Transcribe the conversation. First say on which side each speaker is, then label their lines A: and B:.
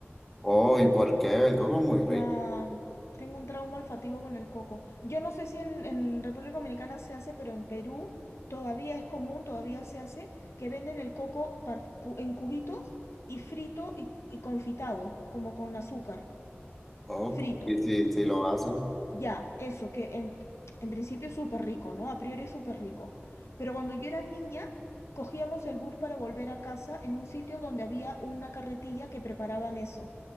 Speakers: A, in the centre; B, on the left.
A: Oh, ¿y por qué? El coco es muy
B: Ya
A: rico.
B: tengo un trauma olfativo con el coco. Yo no sé si en, en República Dominicana se hace, pero en Perú todavía es común, todavía se hace, que venden el coco par- cu- en cubitos y frito y, y confitado, como con azúcar,
A: Oh,
B: frito.
A: sí, sí, sí
B: Ya.
A: lo hacen.
B: Ya, eso, que en, en principio es súper rico, ¿no? A priori es súper rico. Pero cuando yo era niña, cogíamos el bus para volver a casa en un sitio donde había una carretilla que preparaban eso.